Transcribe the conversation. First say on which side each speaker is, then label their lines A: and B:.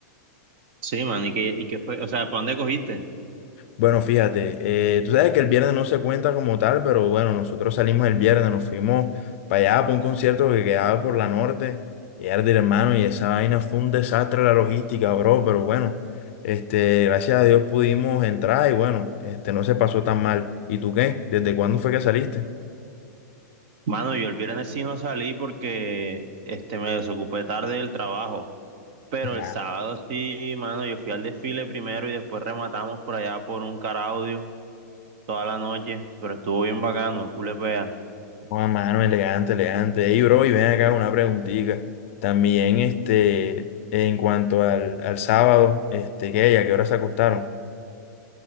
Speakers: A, on the right; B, on the left.
A: Sí, man, ¿y qué, y qué fue? O sea, ¿para dónde cogiste?
B: Bueno, fíjate, eh, tú sabes que el viernes no se cuenta como tal, pero bueno, nosotros salimos el viernes, nos fuimos para allá, para un concierto que quedaba por la norte, y era de hermano, y esa vaina fue un desastre la logística, bro, pero bueno, este, gracias a Dios pudimos entrar y bueno, este, no se pasó tan mal. ¿Y tú qué? ¿Desde cuándo fue que saliste?
A: Mano, yo el viernes sí no salí porque este, me desocupé tarde del trabajo, pero
B: Ya.
A: el sábado sí, mano, yo fui al desfile primero y después rematamos por allá por un caraudio toda la noche, pero estuvo bien bacano, culepea.
B: Oh, mano, elegante, elegante. Ey, bro, y ven acá una preguntita. También, este, en cuanto al, al sábado, este, ¿qué? ¿Y ¿A qué hora se acostaron?